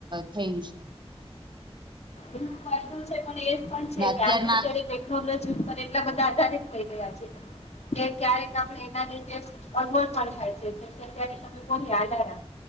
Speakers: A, on the right; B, on the left.
A: થયું છે.
B: એનો ફાયદો છે. પણ એ પણ છે
A: ને અત્યારના
B: કે આપણે અત્યારે ટેકનોલોજી ઉપર એટલા બધા આધારિત થઈ ગયા છે. કે ક્યારેક આપણે એના લીધે અગવડ પણ થાય છે બોલી હાલ રા